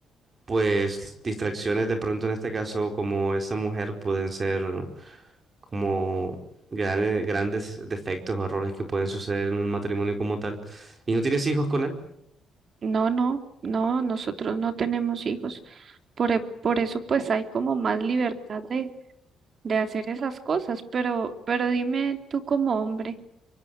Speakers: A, on the right; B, on the right.
A: pues distracciones de pronto en este caso como esa mujer pueden ser como grande- grandes defectos o errores que pueden suceder en un matrimonio como tal. ¿Y no tienes hijos con él?
B: No, no, no, nosotros no tenemos hijos. Por, e- por eso pues hay como más libertad de, de hacer esas cosas, pero, pero dime tú como hombre,